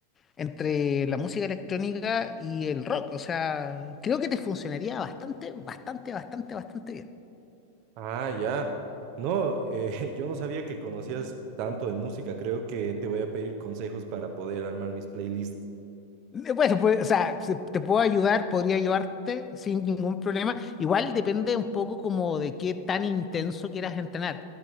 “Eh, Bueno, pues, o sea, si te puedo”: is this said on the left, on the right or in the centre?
Left